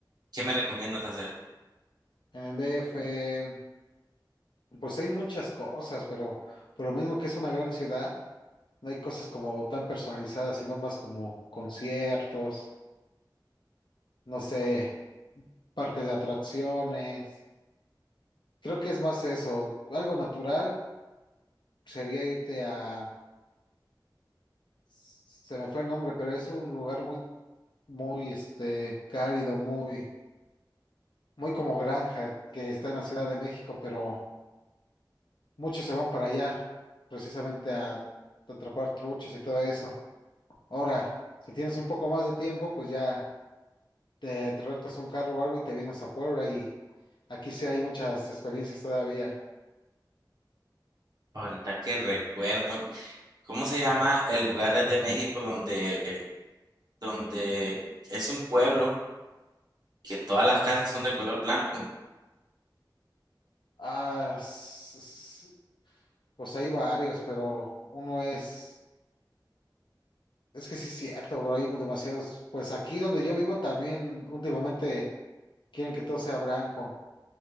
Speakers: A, on the right; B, on the left.
A: ¿qué me recomiendas hacer?
B: En el D F, pues hay muchas cosas, pero por lo mismo que es una gran ciudad, no hay cosas como tan personalizadas, sino más como conciertos, no sé, parques de atracciones. Creo que es más eso, algo natural sería irte a, se me fue el nombre, pero es un lugar muy, muy, este, cálido, muy, muy como granja, que está en la Ciudad de México, pero muchos se van para allá, precisamente a atrapar truchas y todo eso. Ahora, si tienes un poco más de tiempo, pues ya te, te rentas un carro o algo y te vienes a Puebla y aquí sí hay muchas experiencias todavía.
A: Ahorita que recuerdo, ¿cómo se llama el lugar de México donde donde es un pueblo que todas las casas son de color blanco, en
B: Ah, s- s- pues hay varios, pero uno es... Es que sí es cierto, bro, hay demasiados. Pues aquí donde yo vivo también últimamente quieren que todo sea blanco,